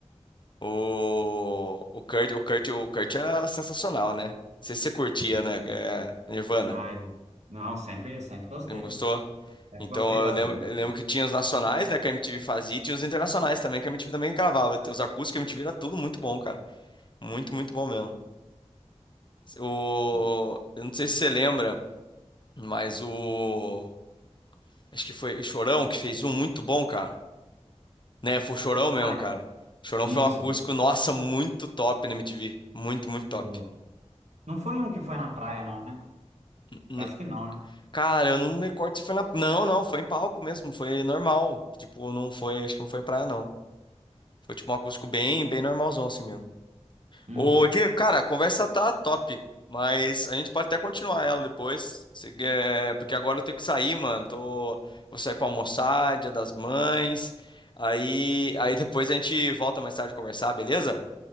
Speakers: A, on the left; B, on the right.
A: O, o Kurt, o Kurt, o Kurt era sensacional, né? Não sei se você curtia, né? é, Nirvana.
B: ah, eu não, sempre, sempre gostei.
A: Você não gostou?
B: Sempre
A: Então
B: gostei das
A: eu lembro,
B: músicas.
A: eu lembro que tinha os nacionais, né, que a MTV fazia, e tinha os internacionais também, que a MTV também gravava. Os acústicos que a MTV era tudo muito bom, cara. Muito, muito bom mesmo. O,
B: <laughs>
A: eu não sei se você lembra, mas o. Acho que foi o Chorão que fez um muito bom, cara. Né, foi o Chorão mesmo,
B: Ah, é.
A: cara. O Chorão
B: isso.
A: foi um acústico,
B: do-
A: nossa, muito top na MTV. Muito, muito top.
B: do- Não foi um que foi na praia, não, né?
A: N-
B: Eu acho que não, né?
A: Cara, eu não me recordo se foi na. Não, não, foi em palco mesmo, foi normal. Tipo, não foi, acho que não foi em praia, não. Foi tipo um acústico bem, bem normalzão assim mesmo.
B: Uhum.
A: Ô, Diego, cara, a conversa tá top, mas a gente pode até continuar ela depois, se quer- porque agora eu tenho que sair, mano. Tô, vou sair pra almoçar, Dia das Mães. Aí, aí depois a gente volta mais tarde a conversar, beleza?